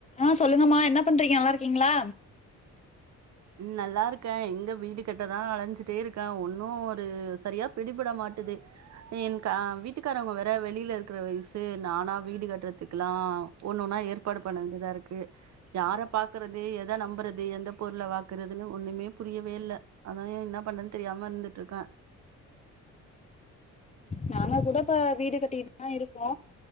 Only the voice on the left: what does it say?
ஆ சொல்லுங்கமா என்ன பண்றீங்க நல்லா இருக்கீங்ளா
நாங்க கூட இப்ப வீடு கட்டிட்டுதா இருக்கோ